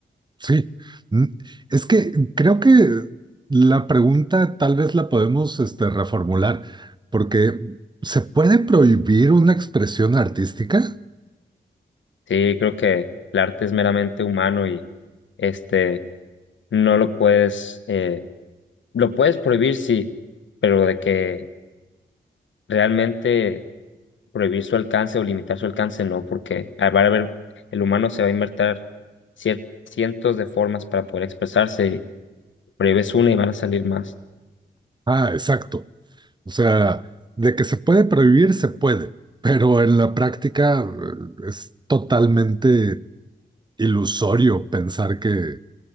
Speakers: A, on the right (about 25°); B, on the left (about 80°).
A: Sí, Mm, es que creo que la pregunta tal vez la podemos este, reformular, porque ¿se puede prohibir una expresión artística?
B: Sí, creo que el arte es meramente humano y este no lo puedes, eh, lo puedes prohibir, sí, pero de que realmente prohibir su alcance o limitar su alcance, no, porque va a haber, el humano se va a inventar cier- cientos de formas para poder expresarse prohíbes una y van a salir más.
A: Ah, exacto. O sea, de que se puede prohibir, se puede, pero en la práctica eh, es totalmente ilusorio pensar que,